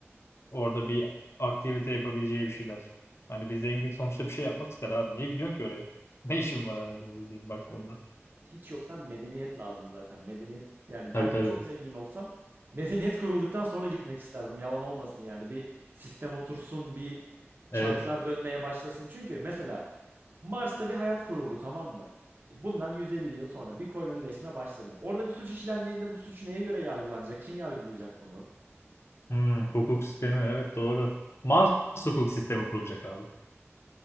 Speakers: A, on the left; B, on the right.
A: orada bir aktivite yapabileceği bir şeyler. Hani bir zengin sonuçta bir şey yapmak ister abi. Niye gidiyorsun ki oraya? <laughs> Ne işin var herhalde dediğim baktığımda.
B: Abi hiç yoktan medeniyet lazım zaten. Medeniyet yani
A: Tabii
B: ben
A: tabii.
B: çok zengin olsam medeniyet kurulduktan sonra gitmek isterdim. Yalan olmasın yani. Bir sistem otursun, bir çarklar
A: Evet.
B: dönmeye başlasın. Çünkü mesela Mars'ta bir hayat kuruldu tamam mı? Bundan 150 yıl sonra bir kolonileşme başladı. Orada bir suç işlendiğinde bu suç neye göre yargılanacak? Kim yargılayacak bunu?
A: Hmm, hukuk sistemi evet doğru. Mars hukuk sistemi kurulacak abi.